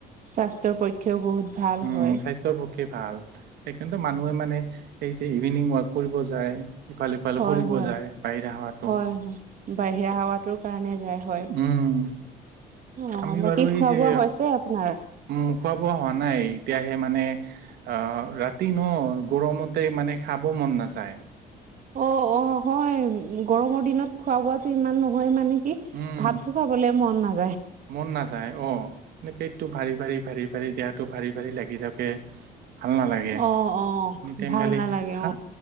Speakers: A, on the right; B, on the right.
A: স্বাস্থ্যৰ পক্ষে বহুত ভাল
B: উম
A: হয়
B: স্বাস্থ্যৰ পক্ষে ভাল। সেইকাৰণে মানুহে মানে এই যে ইভিনিং ৱাক কৰিব যায় ইফালে সিফালে
A: হয়
B: ফুৰিব
A: হয়
B: যায় বাহিৰা হাৱাটো
A: হয় হয় বাহিৰা হাৱাটো কাৰণে হয় হয়
B: উম
A: অ'
B: আমি
A: বাকী
B: বাৰু
A: খোৱা
B: এই যে
A: বোৱা হৈছে আপোনাৰ?
B: উম খোৱা বোৱা হোৱা নাই, এতিয়াহে মানে অ', ৰাতি ন গৰমতে মানে খাব ম মন নাযায়।
A: অ' অ' হয় গৰমৰ দিনত খোৱা বোৱাটো ইমান নহয় মানে কি
B: উম,
A: ভাতো খাবলে মন নাযায়।
B: মন নাযায় অ' মানে পেটটো ভাৰি ভাৰি ভাৰি ভাৰি দেহাটো ভাৰি ভাৰি লাগি থাকে ভাল নালাগে এনে
A: অ অ
B: টাইম
A: ভাল
B: পালে
A: নালাগে
B: থাম
A: অ